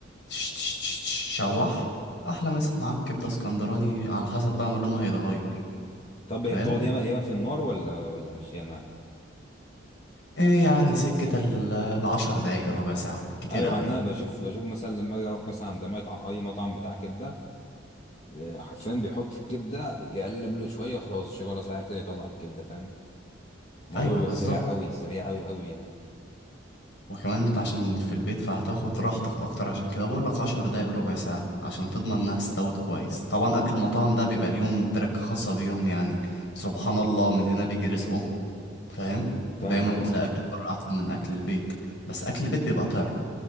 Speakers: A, on the left (about 65°); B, on the left (about 35°).
A: تش تش تش تش شوح احلى مسا معاك كبدة اسكندراني على حسب بقى ما لونها هيتغير
B: طب
A: فاهم
B: هي بتقعد ياما ياما في النار ولا ولا مش ياما
A: ايه يعني سكة ال- العشر دقايق ربع ساعة بالكتير
B: ايوه
A: قوي
B: يعني
A: يعني
B: انا بشوف بشوف مثلا لما اجي اروح مثلا عند مطعم اي مطعم بتاع كبده آه، حرفيا بيحط الكبده يقلب له شويه خلاص شغاله ساعه كده يطلع الكبده فاهم الموضوع
A: ايوه
B: بيبقى
A: بالظبط
B: سريع قوي سريع قوي قوي يعني
A: وكمان انت عشان في البيت فهتاخد راحتك اكتر عشان كده بقول لك 10 دقايق ربع ساعه عشان تضمن انها استوت كويس طبعا اكل المطاعم ده بيبقى ليهم تركه خاصه بيهم يعني سبحان الله من هنا بيجي رزقهم فاهم
B: فاهمك
A: دايما بتلاقي
B: اه
A: اكل بره احسن من اكل البيت بس اكل البيت بيبقى طعم